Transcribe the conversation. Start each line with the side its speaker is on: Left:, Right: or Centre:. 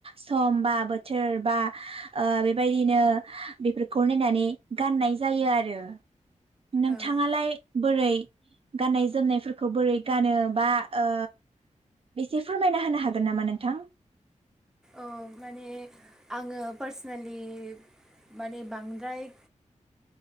Right: सम बा बोथोर बा ओ बेबायदिनो बेफोरखौ नायनानै गाननाय जायो आरो। नोंथाङालाय
Centre: औ
Right: बोरै? गाननाय जोमनायफोरखौ बोरै गानो बा ओ एसे फोरमायना होनो हागोन नामा नोंथां?
Centre: ओ माने आङो पार्सनेलि माने बांद्राय